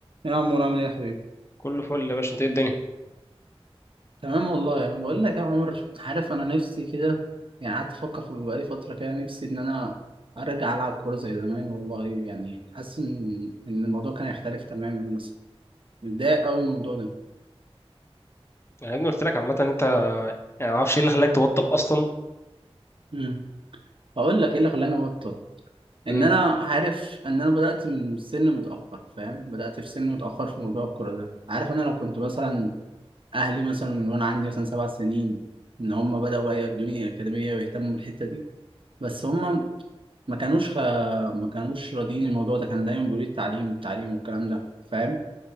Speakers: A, on the right; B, on the left.
A: يا عمور عامل ايه يا حبيبي
B: كله فل يا باشا انت ايه الدنيا
A: تمام والله انا بقول لك يا عمر عارف انا نفسي كده يعني قعدت افكر في بقالي فتره كده نفسي ان انا ارجع العب كوره زي زمان والله يعني حاسس ان إن الموضوع كان هيختلف تماما مثلا متضايق قوي من الموضوع ده
B: يعني يا ابني قلت لك عامه انت يعني ما اعرفش ايه اللي خلاك تبطل اصلا
A: امم هقول لك ايه اللي خلاني ابطل ان
B: امم
A: انا عارف ان انا بدات من سن متاخر فاهم بدات في سن متاخر في موضوع الكوره ده عارف انا لو كنت مثلا اهلي مثلا من وانا عندي مثلا سبع سنين ان هم بداوا بقى يودوني اكاديميه ويهتموا بالحته دي بس هم ما كانوش خ... ما كانوش راضيين الموضوع ده كان دايما بيقولوا لي التعليم التعليم والكلام ده فاهم